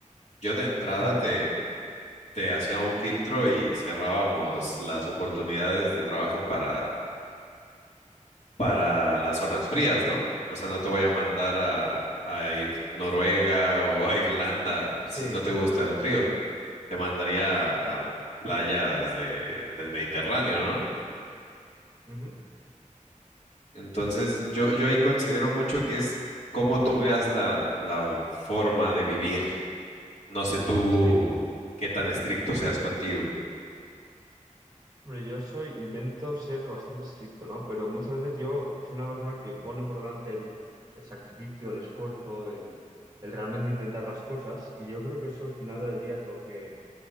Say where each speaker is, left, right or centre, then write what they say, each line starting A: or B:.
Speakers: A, on the left; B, on the right.
A: yo de entrada
B: Ujú.
A: te, te hacía un filtro y cerrábamos las oportunidades de trabajo para, para las zonas frías, ¿no? O sea, no te voy a mandar a, a ir Noruega o a Irlanda
B: Sí,
A: si no te
B: sin
A: gusta
B: duda.
A: el frío. Te mandaría a
B: Mm,
A: a playas de, del Mediterráneo, ¿no?
B: ujú.
A: Entonces, yo, yo ahí considero mucho que es cómo tú veas la, la forma de vivir. No sé tú
B: Sí.
A: qué tan estricto seas contigo.
B: Hombre, yo soy, intento ser bastante estricto, ¿no? Pero muchas veces yo soy una persona que pone por delante el, el sacrificio, el esfuerzo, el, el realmente intentar las cosas, y yo creo que eso al final del día es lo que,